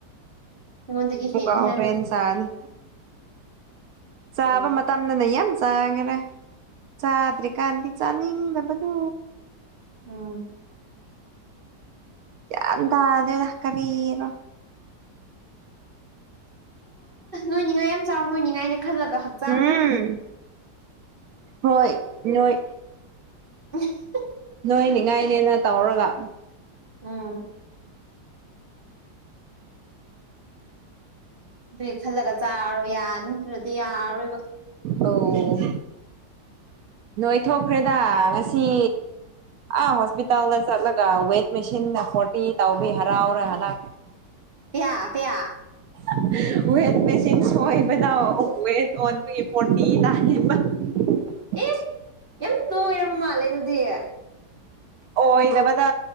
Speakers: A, on the right; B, on the right.
A: ꯑꯩꯉꯣꯟꯗꯒꯤ
B: ꯃꯨꯛꯀꯥ
A: ꯍꯦꯟꯅꯤ
B: ꯍꯣꯔꯦꯟ
A: ꯍꯥꯏꯃ
B: ꯆꯥꯅꯤ ꯆꯥꯕ
A: ꯑꯣ
B: ꯃꯠ ꯇꯝꯗꯅꯥ ꯌꯥꯝ ꯆꯥꯒꯔꯦ ꯆꯥꯗ꯭ꯔꯤꯀꯥꯟꯗꯤ ꯆꯥꯅꯤꯡꯗꯕꯗꯣ
A: ꯎꯝ
B: ꯒ꯭ꯌꯥꯟ ꯇꯥꯗꯦꯗ ꯀꯔꯤꯅꯣ
A: ꯅꯣꯏꯅꯤꯉꯥꯏ ꯌꯥꯝ ꯆꯥꯎ ꯅꯣꯏꯅꯤꯉꯥꯏꯅꯦ ꯈꯜꯂꯒ ꯍꯛ
B: ꯍꯨꯝ ꯍꯣꯏ ꯅꯣꯏ
A: <unintelligible>
B: ꯅꯣꯏꯅꯤꯉꯥꯏꯅꯦꯅ ꯇꯧꯔꯒ
A: ꯎꯝ ꯗꯨꯏ ꯈꯜꯂꯒ ꯆꯥꯔꯣ ꯌꯥ ꯅꯠꯇ꯭ꯔꯗꯤ ꯌꯥꯔꯔꯣꯏꯕ
B: ꯑꯧ ꯅꯣꯏ ꯊꯣꯛꯈ꯭ꯔꯦꯗ ꯉꯁꯤ ꯑꯥ ꯍꯣꯁꯄꯤꯇꯥꯜꯗ ꯆꯠꯂꯒ ꯋꯦꯠ ꯃꯦꯁꯤꯟꯗ ꯐꯣꯔꯇꯤ ꯇꯧꯕꯩ ꯍꯔꯥꯎꯔ ꯍꯂꯛ <inaudible>
A: ꯀꯌꯥ ꯀꯌꯥ
B: <inaudible> ꯋꯦꯠ ꯃꯦꯆꯤꯟ ꯁꯣꯏꯕꯗꫭ ꯋꯦꯠ ꯑꯣꯟꯕꯒꯤ ꯐꯣꯔꯇꯤ ꯇꯥꯏꯌꯦꯕ
A: ꯑꯦ
B: <inaudible>
A: ꯌꯥꯝ ꯅꯣꯏꯔꯕ ꯃꯥꯜꯂꯦ ꯑꯗꯨꯗꯤ
B: ꯑꯣꯏꯗꯕꯗ